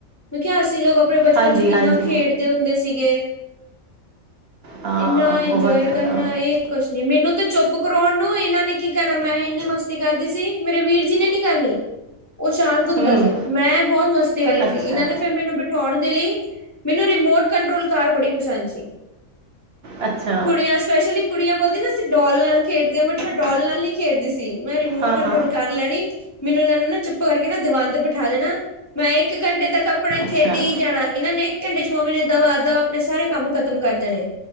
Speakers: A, on the left; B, on the right.
A: ਮੈਂ ਕਿਹਾ ਅਸੀਂ ਲੋਕ ਆਪਣੇ ਬਚਪਨ
B: ਹਾਂਜੀ
A: ਚ ਕਿਨਾਂ
B: ਹਾਂਜੀ
A: ਖੇਡਦੇ ਹੁੰਦੇ ਸੀਗੇ।
B: ਹਾਂ
A: ਇਨਾਂ ਇਜੋਏ
B: ਬਹੁਤ ਜ਼ਿਆਦਾ
A: ਕਰਨਾ ਇਹ ਕੁਛ ਨੀ ਮੈਨੂੰ ਤਾਂ ਚੁਪ ਕਰਾਉਣ ਨੂੰ ਇਹਨਾ ਨੇ ਕੀ ਕਹਿਣਾ ਮੈ ਇਨੀਂ ਮਸ ਕਰਦੀ ਸੀ। ਮੇਰੇ ਵੀਰ ਜੀ ਨੇ ਨੀ ਕਰਨੀ, ਉਹ ਸ਼ਾਤ ਹੁੰਦਾ
B: ਹਮ
A: ਸੀ, ਮੈ ਬਹੁਤ ਮਸਤੀ ਚਲੀ
B: ਅੱਛਾ
A: ਸੀ, ਇਹਨਾਂ ਨੇ ਫਿਰ ਮੈਨੂੰ ਬਿਠਾਉਣ ਦੇ ਲਈ ਮੈਨੂੰ ਰਿਮੋਟ ਕੰਟਰੋਲ ਕਾਰ ਬੜੀ ਪਸੰਦ ਸੀ।
B: ਅੱਛਾ
A: ਕੁੜੀਆਂ ਸਪੈਸ਼ਲੀ ਕੁੜੀਆਂ ਬੋਲਦੀ ਨਾ ਅਸੀ ਡੋਲ ਨਾਲ ਖੇਡਦੀ ਸੀ ਬਟ ਮੈ ਡੋਲ ਨਾਲ ਨਹੀ ਖੇਡਦੀ ਸੀ। ਮੈ ਰਿਮੋਟ
B: ਹਾਂ
A: ਕੰਟਰੋਲ
B: ਹਾਂ
A: ਕਰ ਲੈਣੀ, ਮੈਨੂੰ ਇਹਨਾ ਨੂੰ ਨਾ ਚੁਪ ਕਰਕੇ ਨਾ ਦੀਵਾਨ ਤੇ ਬਿਠਾ ਦੇਣਾ। ਮੈ ਇਕ ਘੰਟੇ ਤੱਕ ਆਪਣਾ
B: ਅੱਛਾ
A: ਖੇਡੀ ਹੀ ਜਾਣਾ ਇਹਨਾ ਨੇ ਘੰਟੇ ਚ ਮੰਮੀ ਨੇ ਦਵਾ ਦਬ ਆਪਣੇ ਸਾਰੇ ਕੰਮ ਖਤਮ ਕਰ ਦੇ ਨੇ